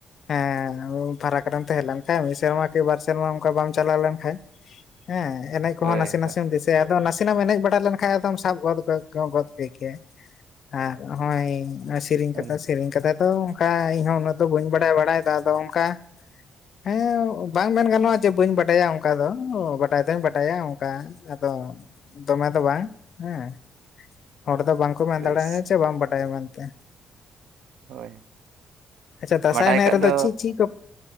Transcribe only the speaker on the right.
ᱦᱳᱭ
ᱦᱳᱭ
ᱦᱳᱭ
ᱵᱮᱥ
ᱦᱳᱭ
ᱵᱟᱰᱟᱭ
ᱠᱟᱜ
ᱫᱚ